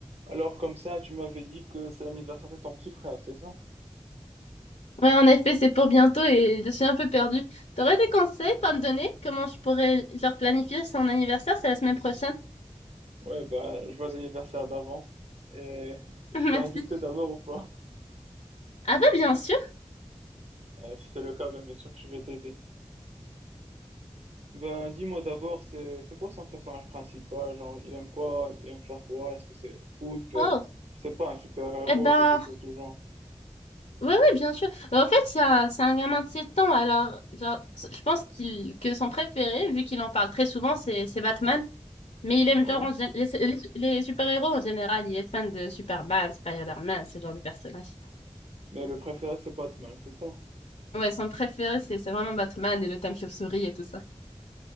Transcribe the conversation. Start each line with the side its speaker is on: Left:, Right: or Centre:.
Right: Alors, comme ça, tu m'avais dit que c'est l'anniversaire de ton petit frère, c'est ça?
Left: Ouais, en effet, c'est pour bientôt et je suis un peu perdue. T'aurais des conseils à me donner? Comment je pourrais, genre, planifier son anniversaire? C'est la semaine prochaine.
Right: Ouais, bah, je vois l'anniversaire d'avance. Et je
Left: <laughs>
Right: serai invité
Left: Merci.
Right: d'abord ou pas? <laughs>
Left: Ah ben, bien sûr.
Right: Euh, si c'est le cas, ben, bien sûr que je vais t'aider. Ben, dis-moi d'abord, c'est c'est quoi son personnage principal? Genre, il aime quoi? Il aime faire quoi? Est-ce que c'est le foot? Euh,
Left: Oh,
Right: je sais pas, un super-héros,
Left: eh ben,
Right: quelque chose du genre.
Left: ouais, ouais, bien sûr. Euh, En fait, c'est un, c'est un gamin de 7 ans, alors, genre, je pense qu'il, que son préféré, vu qu'il en parle très souvent, c'est, c'est Batman. Mais il aime,
Right: Ouais.
Left: genre, en gé- les, les- les super-héros en général. Il est fan de Superman, Spider-Man, ce genre de personnages.
Right: Mais le préféré, c'est Batman, c'est ça?
Left: Ouais, son préféré, c'est c'est vraiment Batman et le thème chauve-souris et tout ça.